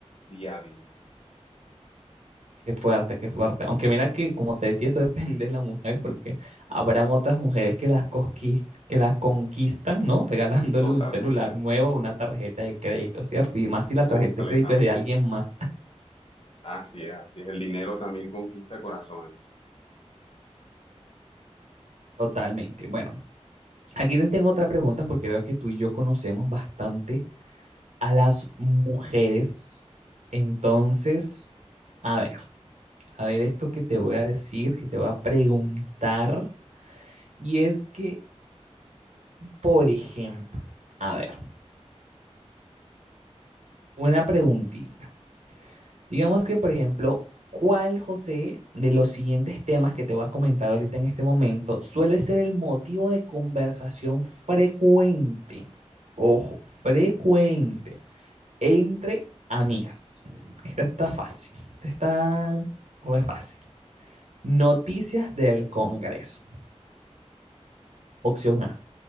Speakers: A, on the left (about 55°); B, on the right (about 80°).
A: día a día.
B: Qué fuerte, qué fuerte. Aunque mira que, como te decía, eso <laughs> depende de la mujer, porque habrán otras mujeres que las cosquis- que la conquistan, ¿no? <laughs> Regalándole
A: Totalmente,
B: un celular nuevo, una tarjeta de crédito, ¿cierto? Y más si la
A: completamente.
B: tarjeta de crédito es de alguien más,
A: Así es, así es. El dinero también conquista corazones.
B: totalmente. Bueno, aquí te tengo otra pregunta porque veo que tú y yo conocemos bastante a las mujeres. Entonces, a ver, a ver esto que te voy a decir, que te voy a preguntar, y es que, por ejemplo, a ver. Una preguntita. Digamos que, por ejemplo, ¿cuál, José, de los siguientes temas que te voy a comentar ahorita en este momento suele ser el motivo de conversación frecuente? Ojo, frecuente entre amigas. Esta está fácil, esta está re fácil. Noticias del Congreso. Opción A.